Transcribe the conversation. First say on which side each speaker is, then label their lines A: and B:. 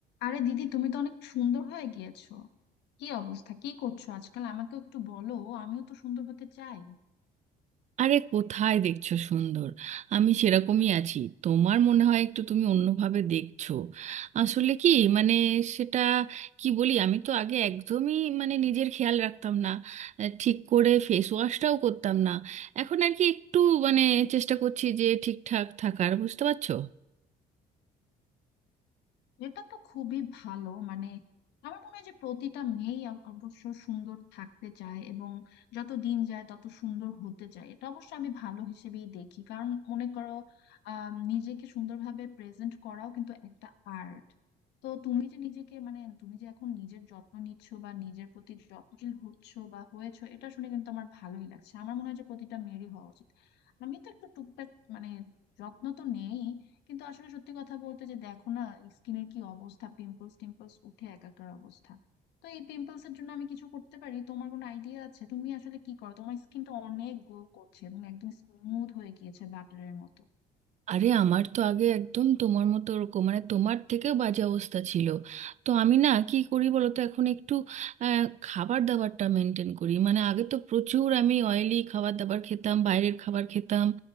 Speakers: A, on the left (about 85°); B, on the right (about 45°).
A: আরে দিদি তুমি তো অনেক সুন্দর হয়ে গিয়েছো কি অবস্থা কি করছো আজকাল আমাকেও একটু বলো আমিও তো সুন্দর হতে চাই
B: আরে কোথায় দেখছো সুন্দর আমি সেরকমই আছি তোমার মনে হয় একটু তুমি অন্যভাবে দেখছো আসলে কি মানে সেটা কি বলি আমি তো আগে একদমই মানে নিজের খেয়াল রাখতাম না আহ, ঠিক করে ফেস ওয়াশটাও করতাম না এখন আর কি একটু মানে চেষ্টা করছি যে ঠিকঠাক থাকার বুঝতে পারছো
A: এটা তো খুবই ভালো মানে আমার মনে হয় যে প্রতিটা মেয়েই অ- অবশ্য সুন্দর থাকতে চায় এবং যত দিন যায় তত সুন্দর হতে চায় এটা অবশ্য আমি ভালো হিসেবেই দেখি কারণ মনে করো আহ নিজেকে সুন্দরভাবে প্রেজেন্ট করাও কিন্তু একটা আর্ট তো তুমি যে নিজেকে মানে তুমি যে এখন নিজের যত্ন নিচ্ছ বা নিজের প্রতি যত্নশীল হচ্ছ বা হয়েছো এটা শুনে কিন্তু আমার ভালোই লাগছে আমার মনে হয় যে প্রতিটা মেয়েরই হওয়া উচিত আমি তো একটু টুকটাক মানে যত্ন তো নেই কিন্তু আসলে সত্যি কথা বলতে যে দেখো না স্কিনের কি অবস্থা পিম্পলস টিম্পলস উঠে একাকার অবস্থা তো এই পিম্পলস এর জন্য আমি কিছু করতে পারি তোমার কোনো আইডিয়া আছে তুমি আসলে কি করো তোমার স্কিনটা অনেক গ্লো করছে এবং একদম স্মুথ হয়ে গিয়েছে বাটারের মতো
B: আরে আমার তো আগে একদম তোমার মতো ওরকম মানে তোমার থেকেও বাজে অবস্থা ছিল তো আমি না কি করি বলো তো এখন একটু আহ, খাবার দাবারটা মেনটেন করি মানে আগে তো প্রচুর আমি অয়েলি খাবার দাবার খেতাম বাইরের খাবার খেতাম